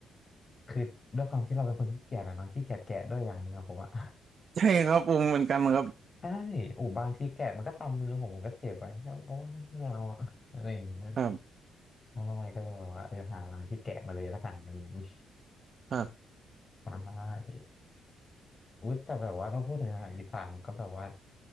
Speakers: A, on the left; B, on the right.
A: คือด้วยความที่เราเป็นคนขี้เกียจอะเนาะขี้เกียจแกะด้วยอย่างหนึ่งอะผมอะ
B: ใช่ครับผมเหมือนกันครับ
A: <laughs> ใช่อูบางทีแกะมันก็ตำมือผมผมก็เจ็บไป <laughs> โอ้ไม่เอาอะอะไรอย่างเงี้ย
B: ครับ
A: ใช่ก็เลยแบบว่าเออหาร้านที่แกะมาเลยแล้วกันอะไรอย่างงี้
B: ครับ
A: <laughs> ใช่ อุยแต่แบบว่าถ้าพูดถึงอาหารอีสานผมก็แบบว่า